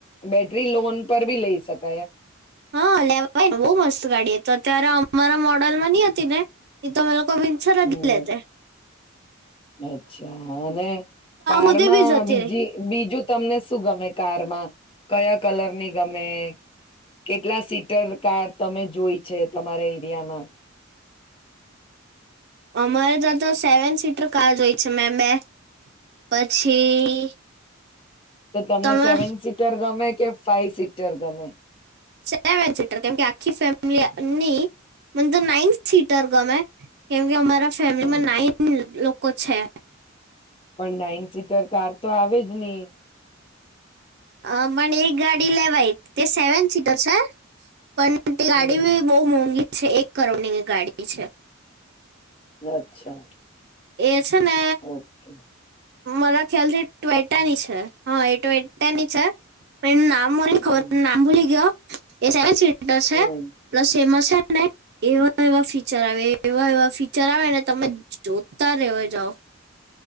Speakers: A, on the left (about 25°); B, on the right (about 55°).
A: બેટરી લોન પર ભી લઈ સક ક
B: હા લેવાય ને બહુ મસ્ત ગાડી હતી તો અત્યારે અમારા મોડલ માં નની હતી ને એ તો અમે કબિનસર
A: હમ
B: ગલે છે
A: અચ્છા અને કારમાં
B: હુધી બી જતી
A: બીજી
B: રહી
A: બીજું તમને શું ગમે કારમાં કયા કલર ની ગમે કેટલા <unintelligible> કાર તમે જોઈ છે તમારા એરિયામાં
B: અમારે ત્યા તો સેવન સીટર કાર જો હોય છે મેમ બે પછી
A: તો તમને
B: તમે
A: સેવન સીટર ગમે કે ફાઈવ સીટર ગમે
B: સેવન સીટર કેમકે આખી ફેમિલી નહી મને તો નાઈન સીટર ગમે કેમકે અમારા ફેમિલીમાં
A: હમ
B: નાન કો છે
A: પણ નાઈન સીટર કાર તો આવેજ નહી
B: અ મને એક ગાડી <unintelligible> તે સેવન સીટર છે પણ ગાડી
A: હમ
B: ભ બહુ મોંગી છે. એક કરોડની ગાડી છે.
A: અચ્છા,
B: એ છે, ને
A: ઓકે.
B: મારા ખ્યાલ થી ટ્વેટાની છે. હા એ ટ્વેટાની છે, પણ એનું નામ તર
A: હમ
B: એ ખબર નામ બ ક એ સેવન શીટ ટર
A: હમ
B: છે. પ્લસ ફેમસ છે ને એવા એવા ફીચર આવે એવા એવા ફીચર આવે ને તમે જો તા રેવા જાઓ.